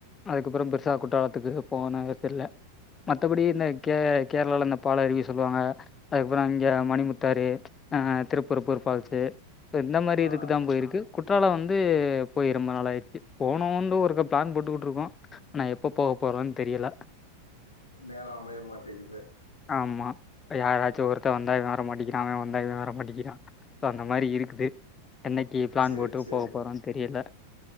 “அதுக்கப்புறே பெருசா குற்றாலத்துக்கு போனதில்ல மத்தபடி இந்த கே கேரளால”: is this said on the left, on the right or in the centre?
Left